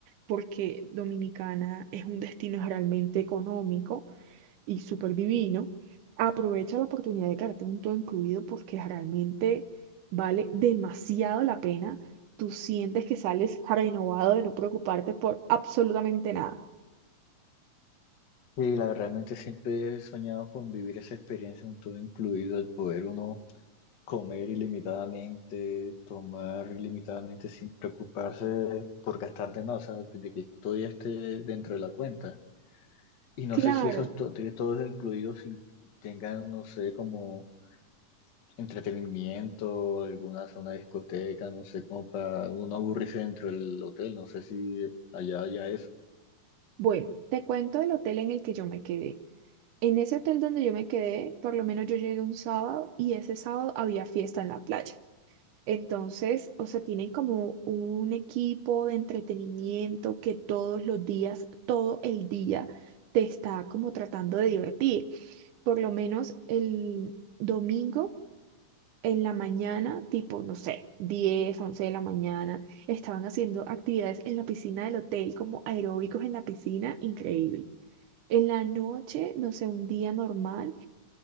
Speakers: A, on the right; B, on the left.
A: porque Dominicana es un destino realmente económico y súper divino, aprovecha la oportunidad de quedarte un todo incluido porque realmente vale demasiado la pena. Tú sientes que sales renovado de no preocuparte por absolutamente nada.
B: Y la verdad, realmente siempre he soñado con vivir esa experiencia, un todo incluido, el poder uno comer ilimitadamente, tomar ilimitadamente sin preocuparse por gastar de más, o sea, de que todo ya esté dentro de la cuenta. Y no
A: Claro.
B: sé si esos to- tiene todos incluidos sin- tengan, no sé, como entretenimiento, alguna zona de discoteca, no sé, como para uno aburrirse dentro del hotel, no sé si allá ya es.
A: Bueno, te cuento del hotel en el que yo me quedé. En ese hotel donde yo me quedé, por lo menos yo llegué un sábado y ese sábado había fiesta en la playa. Entonces, o sea, tienen como un equipo de entretenimiento que todos los días, todo el día, te está como tratando de divertir. Por lo menos el domingo en la mañana, tipo, no sé, 10 11 de la mañana, estaban haciendo actividades en la piscina del hotel, como aeróbicos en la piscina, increíble. En la noche, no sé, un día normal